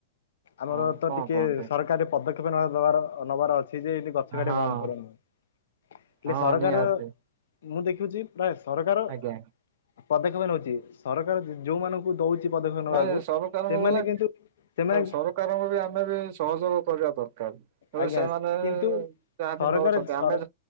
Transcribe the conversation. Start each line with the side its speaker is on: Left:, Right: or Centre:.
Left: ଆମର
Right: ହଁ
Left: ତ
Right: କଣ
Left: ଟିକେ
Right: କୁହନ୍ତି
Left: ସରକାରୀ ପଦକ୍ଷେପ ନେବାର ନେବାର ଅଛି ଯେ ଗଛ
Right: ହଁ
Left: କାଟିବା ବନ୍ଦ କରନ ହେଲେ
Right: ହଁ
Left: ସରକାର
Right: ନିହାତି
Left: ମୁଁ ଦେଖୁଛି ପ୍ରାୟ ସରକାର
Right: ଆଜ୍ଞା
Left: ପଦକ୍ଷେପ ନେଉଛି ସରକାର ଯୋଉମାନଙ୍କୁ ଦଉଛି ପଦକ୍ଷେପ ନେବାକୁ
Right: ନାଇଁ ସରକାରଙ୍କୁ
Left: ସେମାନେ
Right: ବୋଲେ
Left: କିନ୍ତୁ ସେମାନେ
Right: ସରକାରଙ୍କୁ ବି ଆମେ ବି ସହଯୋଗ କରିବା ଦରକାର।
Left: ଆଜ୍ଞା
Right: ଯି ସେମାନେ ଯାହା
Left: କିନ୍ତୁ ସରକାର
Right: ବି ନଉଛନ୍ତି
Left: ସର
Right: ଆମେ